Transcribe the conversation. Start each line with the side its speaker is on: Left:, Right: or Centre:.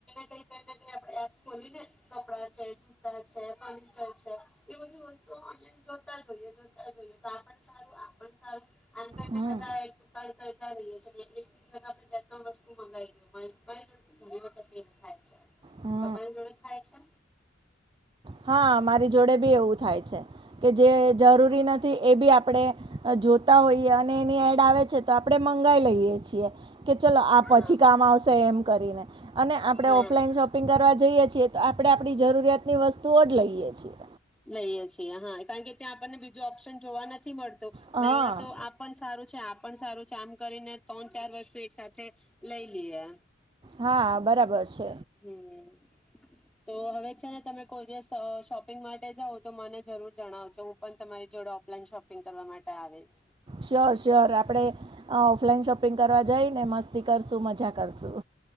Centre: કઈ કને ક આપ એપ ખોલીને કપડા છે જૂતા છે ફર્નિચર છે એ બધી વસ્તુ ઓનલાઈ જોતા જોઈએ જોતા જોઈએ તો સારું સારું. કોઈ કોઈ
Right: હમ
Centre: બધા આક બધા ક. છ એક આપણે બે તણસ્તુ મંગાવીએ. <unintelligible> ડ થાય છે
Right: હમ
Centre: તમા જોડે થાય છે.
Right: હા મારી જોડે બી એવું થાય છે કે. જે જરૂરી
Centre: હા
Right: નથી એ બી આપણે. જોતા હોઈએ અને એની એડ આવે છે તો આપણેે મંગાઈ લઈએ છીએ. કે ચલો આ
Centre: હા
Right: પછી કામ આવશે એમ કરીને અને આપણે
Centre: હા
Right: ઓફલાઈન શોપિંગ કરવા જઈએ છીએ તો આપડે. આપણી જરૂરિયાતની વસ્તુ. તો જ લઈએ છીએ.
Centre: લઈએ છીએ હા કારણ કે ત્યાં આપણને બીજું ઓપ્શન જોવા નથી મળતું.
Right: હા
Centre: અહીં તો આ પણ સારું છે આ પણ સારું છે. કામ કરીને ત્રણ ચાર વસ્તુ એક સાથે લઈ લઈએ.
Right: હા બરાબર છે.
Centre: હમ તો હવે છે ને તમે કોઈ દિવસ શોપિંગ માટે જાઓ તો મને જરૂર જણાવજો હું પણ તમારી જોડે ઓફલાઈન શોપિંગ કરવા માટે આવેશ.
Right: શ્યોર શ્યોર આપડણે ઓફલાઈન શોપિંગ કરવા જઈ ને મસ્ત. તી કરશું મજા કરશું.